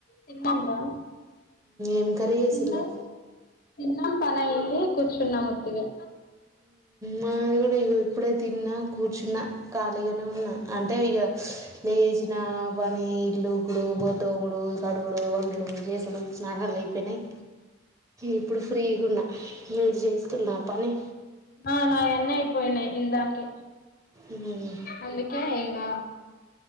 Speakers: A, on the left; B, on the right.
A: తిన్నాంరా
B: ఏం కర్రీ చేసిల్లు
A: తిన్నాం తిన్నాం పని అయింది కూర్చున్నా మత్తుగా
B: మాది కూడా ఎప్పుడే తిన్నా కూర్చున్నా కాలీగానే ఉన్నా అంటే ఇగ లేచిన పని ఇల్లుకుడు బోతోముడు కడువుడు వండుడు చేసుడు స్నానాలు అయిపోయినాయి ఇప్పుడు ఫ్రీగున్నా మీరుజేస్తున్నార పని
A: ఆ నాయన్ని అయిపోయినాయి ఇందాకే
B: ఉమ్.
A: అందుకే ఇగా